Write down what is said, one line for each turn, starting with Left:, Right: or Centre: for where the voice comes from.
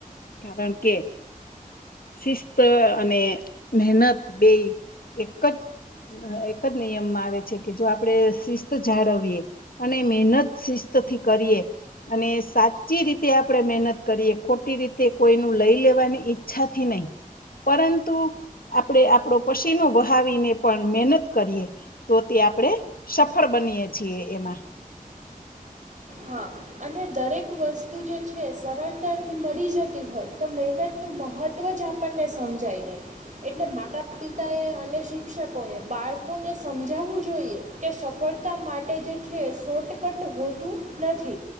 Left: કારણ કે, શિસ્ત અને મહેનત બે એક જ એક જ નિયમમાં આવે છે કે જો આપડે શિસ્ત જાળવીએ અને મહેનત શિસ્તથી કરીએ અને સાચી રીતે આપણે મહેનત કરીએ ખોટી રીતે કોઈનું લઈ લેવાની ઈચ્છાથી નહીં. પરંતુ આપણેે આપણો પસીનો બહાવીને પણ મહેનત કરીએ. તો તે આપણે સફળ બનીએ છીએ એમાં.
Right: હા અને દરેક વસ્તુ જે છે. સરળતાથી મળી જતી હોય તો મહેનતનું મહત્ત્વ જ આપણને સમજાય નહી. એટલે માતા પિતા એ અને શિક્ષકો એ બાળકોને સમજાવવું જોઈએ. કે સફળતા માટે જે છે. શોર્ટકટ હોતું નથી.